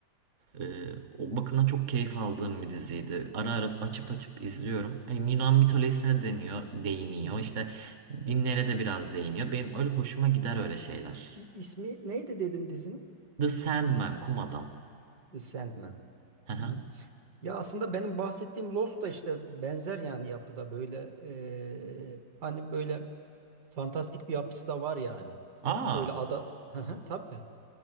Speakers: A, on the right; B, on the right.
A: Ee, o bakımdan çok keyif aldığım bir diziydi. Ara ara açıp açıp izliyorum. Hani Yunan mitolojisine deniyor, değiniyor.
B: hı hı.
A: İşte dinlere de biraz değiniyor. Benim öyle hoşuma gider öyle şeyler.
B: İ- İsmi neydi dedin dizinin?
A: The Sandman, Kum Adam.
B: The Sandman.
A: Hı hı.
B: Hı hı. Ya aslında benim bahsettiğim Lost da işte benzer yani yapıda böyle e, hani böyle fantastik bir yapısı da var yani.
A: Aa,
B: Böyle ada <laughs> Hı hı, tabii.